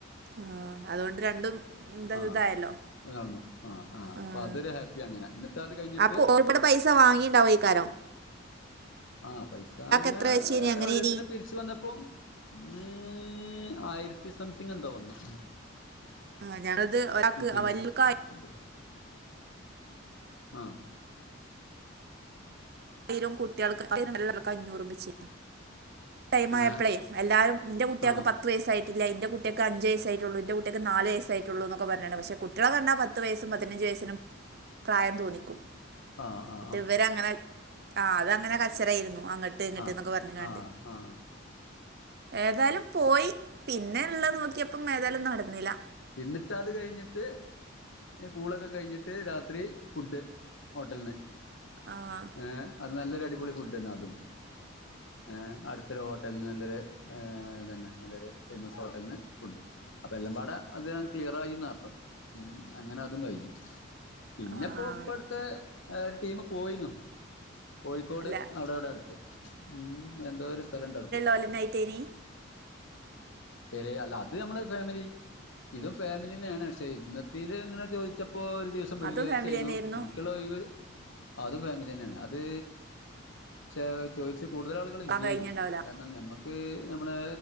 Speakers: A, on the right; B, on the left.
A: ആ അതുകൊണ്ട് രണ്ടും ഇത്
B: ആഹ്
A: ഇതായല്ലോ
B: നടന്നു ആഹ് ആ
A: ആഹ്
B: അപ്പൊ അതൊരു ഹാപ്പി അങ്ങനെ ന്നിട്ട് അത് കഴിഞ്ഞിട്ട്
A: അപ്പൊ ഒരുപാട് പൈസ വാങ്ങിയിണ്ടാവോയിക്കാരം
B: ആഹ് പൈസ അങ്ങനെ
A: എത്ര വെച്ചീനി അങ്ങനേനി
B: ഓരോരുത്തർ പി രിച്ചു വന്നപ്പോ അന്ന് ആയിരത്തി സംതിങ് എന്തോ വന്നു
A: ആ ഞങ്ങളത് ഒരാക്ക്
B: ഊട്ടിക്ക്
A: ആ വല്യ <unintelligible>
B: <unintelligible> ആ
A: ആയിരം കുട്ടികൾക്ക <inaudible> അഞ്ഞൂറും വെച്ച് ടൈം
B: ആ
A: ആയപ്പളെ എല്ലാരും എന്റെ കുട്ട്യേൾക്ക്
B: ആ
A: പത്ത് വസ്സായിട്ടില്ല ന്റെ കുട്ട്യാൾക്ക് പത്ത് വയസ്സായിട്ടില്ല ഇന്റെ കുട്ട്യേക്ക് അഞ്ച് വസ്സായിട്ടുള്ളൂ എന്റെ കുട്ട്യാൾക്ക് നാല് വയസയിട്ടുള്ളൂ ന്നൊക്ക പറഞ്ഞാണ്ട് പക്ഷെ കുട്ട്യളണ്ടാ പത്ത് വയസ്സും പതിനഞ്ച് വയസിനും പ്രായം തോന്നിക്കും
B: ആ ആ
A: ന്നട്ട് ഇവരെ അങ്ങനെ ആ അത് അങ്ങനെ കച്ചറായിരുന്നു അങ്ങട്ട് ങ്ങട്ട്
B: ആ ആ
A: എന്നൊക്കെ പറഞ്ഞു കാണ്ട്
B: ആ ആ
A: ഏതായാലും പോയി പിന്നെ ഉള്ളത് നോക്കിയപ്പം ഏതായാലും നടന്നില്ല
B: എന്നിട്ട് അത് കഴിഞ്ഞിട്ട് ഈ പൂളൊക്കെ കഴിഞ്ഞിട്ട് രാത്രി ഫുഡ് ഹോട്ടൽന്ന്
A: ആഹ്
B: ഏ അത് നല്ലൊരു അടിപൊളി ഫുഡ്ന്നെ അതും ഏ അടുത്തൊരു ഹോട്ടല്ന്ന് നല്ലൊരു ഇതന്നെ നല്ലൊരു ഫേമസ് ഹോട്ടലന്ന് ഫുഡ് അപ്പൊ എല്ലാം പാടെ അത് ക്ലിയറായിന്നാർത്ഥം ഉം അങ്ങനതും കയ്ഞ്ഞു പിന്നെപ്പോ
A: ആഹ്
B: ഇപ്പടുത്തെ ഒരു ടീം പോയിനു കോഴിക്കോട്
A: അല്ല
B: അവിടവിടെ അടുത്ത് ഉം എന്തോ ഒരു സ്ഥലണ്ട് അവ്ടുക്ക്
A: അല നൈത്തേരി
B: രി അല്ല അത് നമ്മള് ഫാമിലി ഇതും ഫാമിലിന്നെയാണ് പക്ഷെ ഇന്നത്തേത് ങ്ങനെ ചോദിച്ചപ്പോ ഒരു ദിവസം സം വെള്ളിയാഴ്ചയ്നോ
A: അതും ഫാമിലി തന്നെയായിരുന്നു
B: എനിക്കുള്ള ഒയിവ് അതും ഫാമിലിയന്നെയാണ് അത് ചേ ചോദിച്ചു കൂടുതലാള്
A: പോവാൻ
B: ല്ലേനു
A: കഴിഞ്ഞിണ്ടാവൂല
B: കാരണം നമ്മക്ക് നമ്മളെ